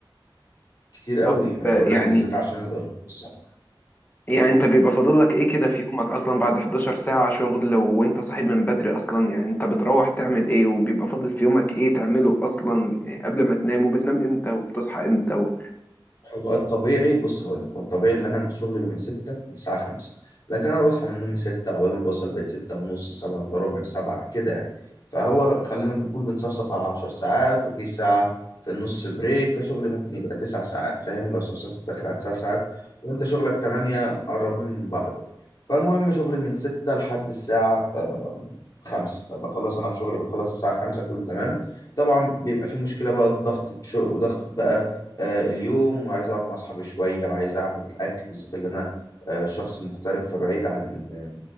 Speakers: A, on the left; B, on the left.
A: كتير قوي
B: طب
A: أنا بقول
B: يعني
A: لك بالذات عشان الإرهاق الصحي
B: يعني انت بيبقى فاضل لك ايه كده في يومك اصلا بعد 11 ساعة شغل وانت صاحب من بدري اصلا يعني انت بتروح تعمل ايه وبيبقى فاضل في يومك ايه تعمله اصلا يعني قبل ما تنام وبتنام امتى وبتصحى امتى و...
A: هو الطبيعي بص هقول لك هو الطبيعي اللي انا شغلي من 6 للساعه 5 لكن انا بصحى من نومي 6 اول ما بوصل بيت 6 ونص 7 الا ربع 7 كده يعني فهو خلينا بنقول بنصفصف على 10 ساعات وفي ساعه في النص بريك فشغلي ممكن يبقى 9 ساعات فاهم لو صفصفت داخل على 9 ساعات وانت شغلك 8 قربين من بعض يعني فالمهم شغلي من 6 لحد الساعه آه، 5 بخلص انا في شغلي بخلص الساعه 5 كله تمام طبعا بيبقى في مشكله بقى ضغط شغل ضغط بقى آه، اليوم وعايز اقعد مع اصحابي شويه وعايز اعمل اكل بالذات اللي انا آه، شخص مغترب فبعيد عن ال...